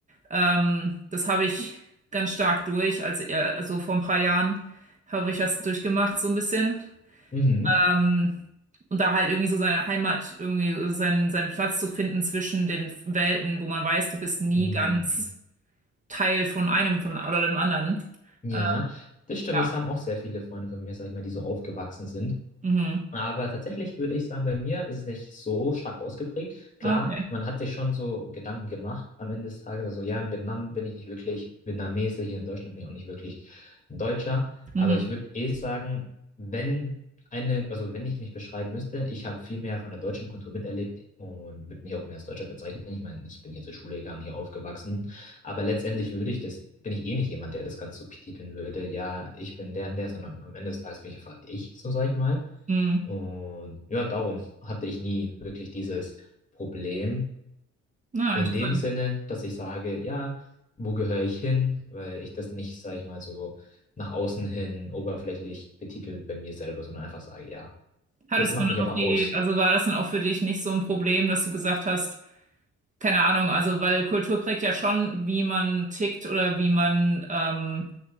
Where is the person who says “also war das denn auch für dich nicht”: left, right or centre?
Right